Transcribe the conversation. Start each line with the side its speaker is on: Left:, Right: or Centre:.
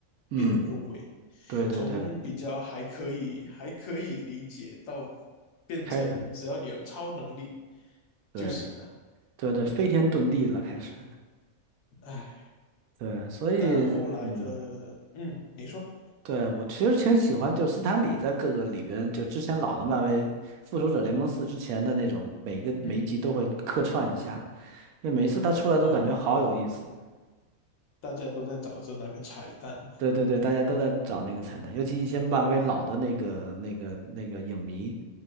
Right: 嗯，
Left: 变了个味，
Right: 对对对，
Left: 从比较还可以还可以理解到变成只要你有超能力
Right: 开始对
Left: 就行了。
Right: 对对，飞天遁地了开始，
Left: 唉，
Right: 对，所以嗯。
Left: 但后来的嗯，你说
Right: 对，我其实挺喜欢，就是斯坦李在各个里边，就之前老的漫威《复仇者联盟四》之前的那种，每一个每一集都会客串一下，
Left: 嗯
Right: 因为每一次他出来都感觉好有意思。
Left: 哦，大家都在找着那个彩蛋，
Right: 对对对，大家都在找那个彩蛋，尤其一些漫威老的那个那个那个影迷，